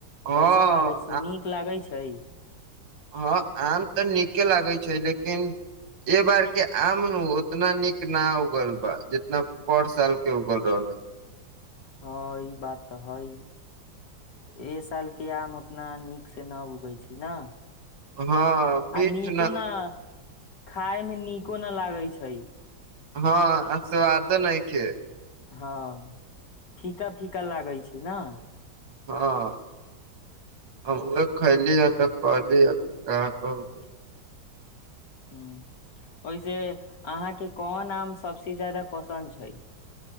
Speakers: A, on the right (about 85°); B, on the left (about 55°).
A: हँ
B: कैसन लागै छै नीक लागै छै छै
A: हँ आम तऽ नीके लागै छै लेकिन एहि बार के आम उतना नीक न उगल बा जितना पर साल के उगल रहल है
B: हँ ई बात तऽ हइ ए साल के आम उतना नीक से न उगै छै न
A: हँ मीठ
B: आ नीको न खाय मे नीको न लागै छै छै
A: हँ आ स्वादो नहि छै
B: हँ फीका फीका लागै छै ने
A: हँ हम उह खली ह तऽ कहली ह कि कहाँ कहू
B: ह ओहिसे अहाँके कोन आम सबस जादा पसन्द छै